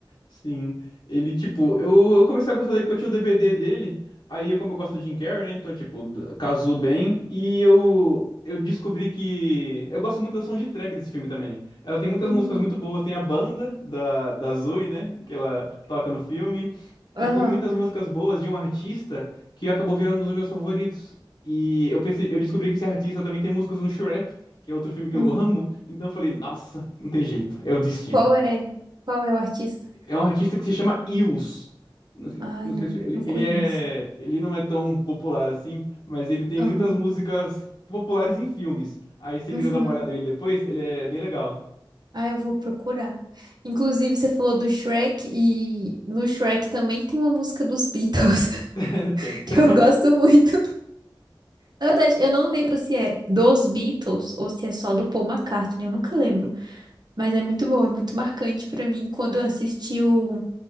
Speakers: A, on the left; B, on the right.
A: Sim, ele, tipo, eu, eu comecei a gostar dele porque eu tinha um DVD dele, aí como eu gosto do Jim Carrey, né, então, tipo, d- casou bem, e eu, eu descobri que... Eu gosto muito da soundtrack desse filme também. Ela tem muitas
B: Uhum.
A: músicas muito boas, tem a banda da, da Zoe, né, que ela toca no filme,
B: Aham.
A: e tem muitas músicas boas de um artista que acabou virando um dos meus favoritos. E eu pensei, eu descobri que esse artista também tem músicas no Shrek, que é outro filme que
B: Uhum.
A: eu <laughs> amo, então eu falei, nossa, não tem jeito, é o destino.
B: Qual é? Qual é o artista?
A: É um artista que se chama Eels. Não sei,
B: Ai,
A: não sei
B: não,
A: se ele,
B: não conheço.
A: ele é, ele não é tão popular assim, mas ele tem
B: Aham.
A: muitas músicas populares em filmes. Aí se você quiser
B: Uhum.
A: dar uma olhada nele depois, ele é bem legal.
B: Ah, eu vou procurar. Inclusive, você falou do Shrek e no Shrek também tem uma música dos Beatles
A: <laughs>
B: <laughs>
A: Tem.
B: que
A: <laughs>
B: eu gosto muito. Na verdade, eu não lembro se é dos Beatles ou se é só do Paul McCartney, eu nunca lembro. Mas é muito bom, é muito marcante pra mim quando eu assisti o,